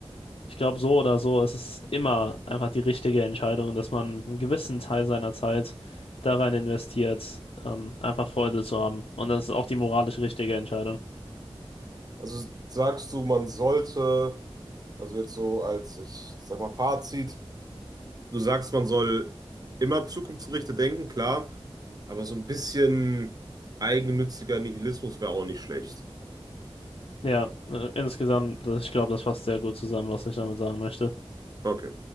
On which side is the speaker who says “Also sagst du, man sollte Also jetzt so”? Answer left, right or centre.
Right